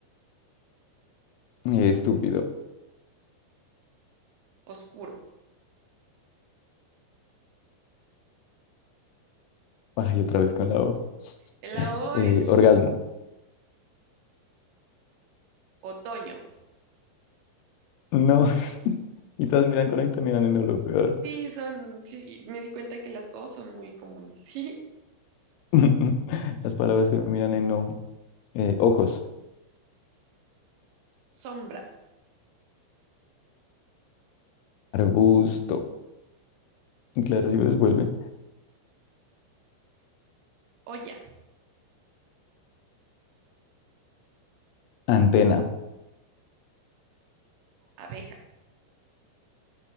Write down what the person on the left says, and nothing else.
eh, estúpido.
Ay, otra vez con la O.
Eh,
orgasmo.
No, <laughs> y todas miran con ahí, te miran en no, lo peor.
<laughs> Las palabras que miran en no. Eh, ojos,
arbusto. Claro, si ves, vuelve.
Antena,